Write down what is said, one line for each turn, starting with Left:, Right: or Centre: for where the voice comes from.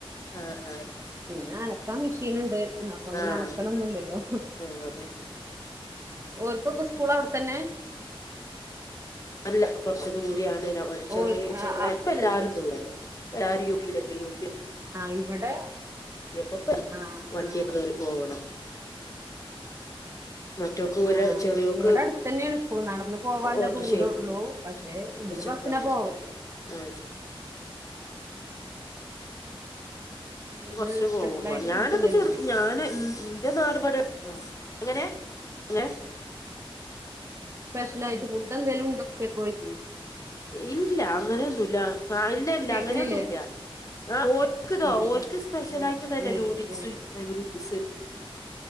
Left: ആഹ ആ
Right: പിന്നെ അലക്കാ മെഷീൻ ഉണ്ട് ആ അപ്പൊ അങ്ങനെ
Left: ആഹ്
Right: അടക്കലൊന്നുംല്ലല്ലോ
Left: ആഹ് അതന്നെ
Right: ഓർപ്പ സ്കൂള അവിടെത്തന്നെ
Left: അല്ല കൊറച്ച ദൂര ആണേന
Right: ഓ
Left: ചെറിയ ചെറിയ
Right: ആഹ്
Left: ഇപ്പ എല്ലാരും ദൂടരുന്നു തിരളിയോ
Right: ആഹ ഇവിടെ
Left: പ്പപ്പ
Right: ആഹ്
Left: വണ്ടിയൊക്കെ
Right: ആഹ്
Left: കേറി പോകണം മറ്റൊക്ക്
Right: ആഹ്
Left: ഒരാ ചെറിയോക്ക്
Right: ഇവിടെ അടുത്ത് തന്നെയാണ് നടന്ന് പോവാല്ലേ
Left: ഓട്ടോറിക്ഷ
Right: ദൂരള്ളൂ പക്ഷെ
Left: ഏൽപ്പിച്ചേക്കാണ്
Right: എന്തരു ബസിന പോവലേ
Left: ആ
Right: ഇന്ന്
Left: കുറച്ച് പോവ
Right: സ്പെഷ്യലായിട്ട്
Left: ഞാനൊക്കെ
Right: ഫുഡ് എന്തേലും
Left: ചെറു
Right: ഉണ്ടോ
Left: ഞാന ഇന്റെ നാടപടി ആ എങ്ങനെ ങ്ങ
Right: സ്പഷലായിട്ട് ഫുഡ് ന്തേലും ഉണ്ടക്കയിട്ട
Left: ഇല്ല അങ്ങനെയൊന്നുമല്ല ആ ഇല്ല ഇല്ല
Right: കേക്കണില്ലേ
Left: അങ്ങനെയൊന്നുമല്ല ആ ഓൽക്ക് ഇതോ
Right: ഉം
Left: ഓൽക്ക് സ്പെഷ്യൽ
Right: ഉം
Left: ആയിട്ട് തന്നെ
Right: ഏഹ്
Left: നൂഡിൽസ്
Right: ഏഹ്
Left: നൂഡിൽസ്